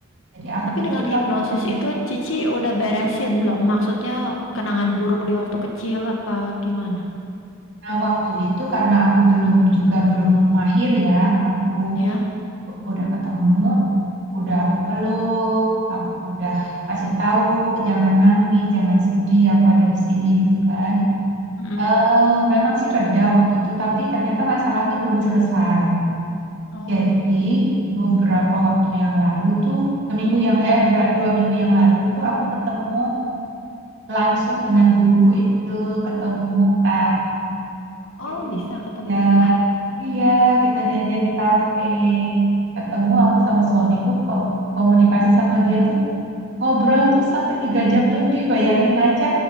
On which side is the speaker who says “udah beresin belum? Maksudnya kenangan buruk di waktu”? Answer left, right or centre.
Left